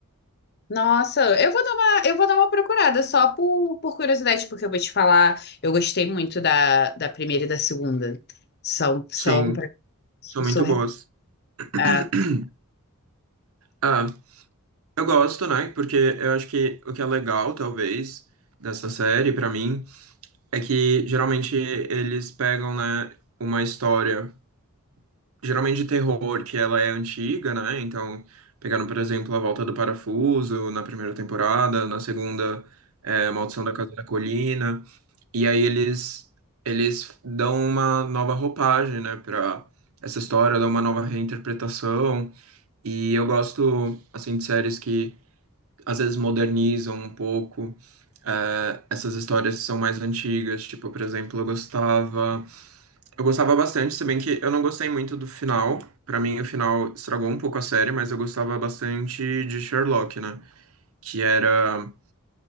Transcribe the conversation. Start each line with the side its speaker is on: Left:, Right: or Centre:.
Left: Nossa, eu vou dar uma, eu vou dar uma procurada só por, por curiosidade, porque eu vou te falar, eu gostei muito da, da primeira e da segunda. São, são
Right: Sim,
Left: pra-
Right: são
Left: surreal.
Right: muito boas. <clears throat>
Left: ah,
Right: Ah, eu gosto, né? Porque eu acho que o que é legal, talvez, dessa série, pra mim, é que geralmente eles pegam, né, uma história, geralmente de terror, que ela é antiga, né? Então, pegaram, por exemplo, A Volta do Parafuso na primeira temporada, na segunda, é, Maldição da Casa da Colina. E aí eles eles dão uma nova roupagem, né, para essa história, dão uma nova reinterpretação. E eu gosto assim de séries que às vezes modernizam um pouco. eh, essas histórias que são mais antigas, tipo, por exemplo, eu gostava, eu gostava bastante, se bem que eu não gostei muito do final. Pra mim, o final estragou um pouco a série, mas eu gostava bastante de Sherlock, né? Que era